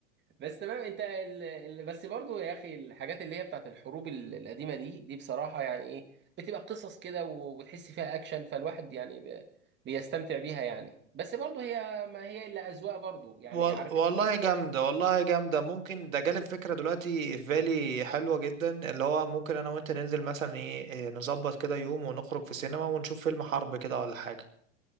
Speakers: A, on the right; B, on the right.
A: بس تمام انت ال... ال... بس برضو يا اخي الحاجات اللي هي بتاعت الحروب ال- القديمه دي دي بصراحه يعني ايه بتبقى قصص كده و... وتحس فيها اكشن فالواحد يعني ب... بيستمتع بيها يعني بس برضو هي ما هي الا اذواق برضو يعني
B: وال-
A: عارف
B: والله
A: انت
B: جامدة والله جامدة ممكن ده جالب فكرة دلوقتي في بالي حلوة جدا اللي هو ممكن انا وانت ننزل مثلا ايه إيه، نظبط كده يوم ونخرج في السينما ونشوف فيلم حرب كده ولا حاجة